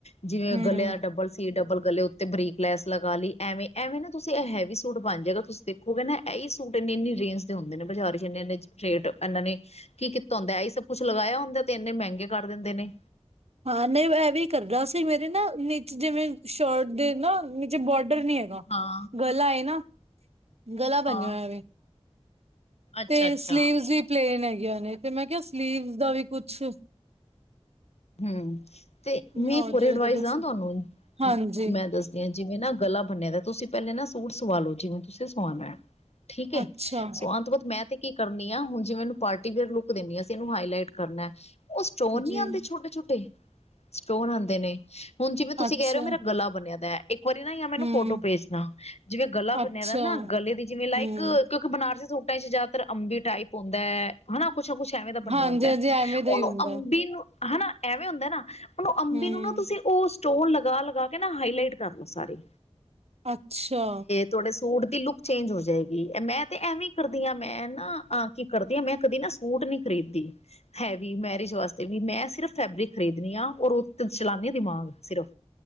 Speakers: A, on the left; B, on the right.
A: ਜਿਵੇ
B: ਹੂੰ
A: ਗਲਿਆ ਡਬਲ ਡਬਲ ਗਲੇ ਉੱਤੇ ਬਰੀਕ ਲੈਸ ਲਗਾਲੀ, ਐਵੇਂ, ਐਵੇ ਨਾ ਤੁਸੀ ਐ ਹੈਵੀ ਸੂਟ ਬਣ ਜੇਗਾ, ਤੁਸੀ ਦੇਖ ਹੋਗੇ ਨਾ, ਐਹੀ ਸੂਟ ਇੰਨੇ-ਇਨੀ ਰੇਂਜ ਦੇ ਹੁੰਦੇ ਨੇ ਬਜਾਰ 'ਚ ਇੰਨੇ-ਇੰਨੇ ਰੇਟ ਇਹਨਾ ਨੇ ਕੀ ਕੀਤਾ ਹੁੰਦਾ, ਐਈ ਸਭ ਕੁੱਛ ਲਗਾਇਆ ਹੁੰਦਾ, ਤੇ ਇੰਨੇ ਮਹਿੰਗੇ ਕਰ ਦਿੰਦੇ ਨੇ।
B: ਹਾਂ-ਨਹੀ, ਐ ਵੀ ਕਰਦਾ ਸੀ, ਮੇਰੇ ਨਾ ਨੀਚੇ ਜਿਵੇ ਸ਼ਰਟ ਦੇ ਨਾ ਨੀਚੇ ਬੋਡਰ ਨਹੀ ਹੈ
A: ਹਾਂ
B: ਗਲਾ ਏ ਨਾ, ਗਲਾ
A: ਹਾਂ
B: ਬਨਿਆ
A: ਹਾਂ
B: ਹੋਇਆ ਵੇ।
A: ਅੱਛਾ
B: ਤੇ
A: ਅੱਛਾ
B: ਸਲੀਵਸ ਵੀ ਪਲੇਨ ਹੈਗੀਆਂ ਨੇ, ਤੇ ਮੈ ਕਿਹਾ ਸਲੀਵਸ ਦਾ ਵੀ ਕੁਛ
A: ਹੂੰ, ਤੇ ਮ
B: ਹੋਜੇ
A: ਇਕ ਹੋਰ ਏਡਵਾਈਜ
B: ਉਹਦਾ ਦੱਸ
A: ਦਾ ਤੁਹਾਨੂੰ,
B: ਹਾਂਜੀ
A: ਮੈ ਦੱਸ ਜਿਵੇਂ ਨਾ ਗਲਾ ਬਨਿਆ ਦਾ, ਤੁਸੀ ਪਹਿਲੇ ਨਾ ਸੂਟ ਸਵਾਲੋ, ਜਿਵੇਂ ਤੁਸੀ ਸਵਾਣਾ। ਠੀਕ ਏ,
B: ਅੱਛਾ।
A: ਸਵਾਣ ਤੋ ਬਾਅਦ ਮੈਂ ਤੇ ਕੀ ਕਰਨੀ ਆਂ, ਹੁਣ ਜਿਵੇ ਇਹਨੂੰ ਪਾਰਟੀ ਵੇਅਰ ਲੁਕ ਦਿੰਨੀ ਆ, ਅਸੀਂ ਇਹਨੂੰ ਹਾਈਲਾਈਟ ਕਰਨਾ, ਉਹ ਸਟੋਨ ਨੀ
B: ਜੀ
A: ਆਂਦੇ ਛੋਟੇ-ਛੋਟੇ, ਸਟੋਨ ਆਂਦੇ ਨੇ ਹੁਣ ਜਿਵੇਂ ਤੁਸੀ
B: ਅੱਛਾ
A: ਕਹਿ ਰਹੇ ਓ, ਮੇਰਾ ਗਲਾ ਬਣਿਆ ਦੈ। ਇਕ ਵਾਰੀ ਨਾ ਯਾ ਮੈਨੂੰ
B: ਹੂੰ
A: ਫੋਟੋ ਭੇਜਣਾ, ਜਿਵੇਂ ਗਲਾ
B: ਅੱਛਾ
A: ਬਨਿਆ ਦਾ ਨਾ ਗਲੇ ਦੀ ਜਿਵੇ ਲਾਈਕ
B: ਹੂੰ
A: ਬਨਾਰਸੀ ਸੂਟਾਂ'ਚ ਜਿਆਦਾਤਰ ਅੰਬੀ ਟਾਈਪ ਹੁੰਦੈ, ਹਨਾ, ਕੁਛ ਨਾ ਕੁਛ ਏਵੇ ਦਾ ਬੰਨਿਆ
B: ਹਾਂਜੀ
A: ਹੁੰਦੈ,
B: ਹਾਂਜੀ ਐਵੇਂ ਦਾ
A: ਉਹਨੂੰ
B: ਹੀ ਹੁੰਦਾ
A: ਅੰਬੀ ਨੂੰ ਹਨਾ, ਐਵੇ ਹੁੰਦਾ ਨਾ, ਉਹਨੁੰ ਅੰਬੀ
B: ਹੂੰ
A: ਨੂੰ ਨਾ ਤੁਸੀ ਉਸ ਸਟੋਨ ਲਗਾ-ਲਗਾਕੇ ਨਾ, ਹਾਈਲਾਈਟ ਕਰਲੋ ਸਾਰੇ।
B: ਅਛਾ।
A: ਤੁਹਾਡੇ ਸੂਟ ਦੀ ਲੁਕ ਚੇਂਜ ਹੋ ਜਾਏਗੀ, ਮੈ ਤੇ ਐਂਵੇ ਈ ਕਰਦੀ ਆ, ਮੈ ਨਾ ਕੀ ਕਰਦੀ ਆਂ, ਮੈ ਕਦੀ ਨਾ ਸੂਟ ਨਹੀ ਖਰੀਦ ਦੀ ਹੈਵੀ, ਮੈਰਿਜ ਵਾਸਤੇ ਵੀ ਮੈਂ ਸਿਰਫ ਫੈਬਰਿਕ ਖਰੀਦਣੀ ਆ, ਔਰ ਉਹ ਚਲਾਂਨੀ ਆ ਦਿਮਾਗ, ਸਿਰਫ।